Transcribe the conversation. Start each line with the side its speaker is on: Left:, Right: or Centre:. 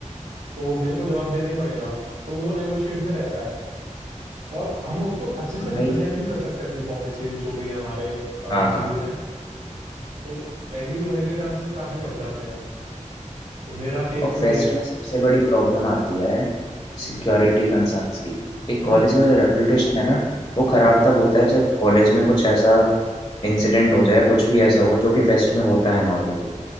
Right: तो मेरे को जवाब देना ही पड़ेगा तो वो नेगोशिएट में रहता है और हम उसको अच्छे से
Left: और
Right: रिप्रेजेंट
Left: भाई
Right: भी कर सकते हैं अपनी पॉलिसीज जो भी है हमारे अ,
Left: हाँ
Right: चीजें
Left: हाँ
Right: हैं तो एग्री होने के चांसेस काफी बढ़ जाते हैं तो मेरा टेक
Left: और फेस्ट
Right: तो ये है
Left: में सबसे बड़ी प्रॉब्लम आती है
Right: हम्म
Left: सिक्योरिटी कंसर्न्स की एक
Right: हम्म
Left: कॉलेज का जो रेप्यूटेशन है ना वो खराब
Right: हम्म
Left: तब होता है जब कॉलेज में कुछ ऐसा इंसिडेंट हो जाए कुछ भी ऐसा हो जो कि फेस्ट में होता है नॉर्मली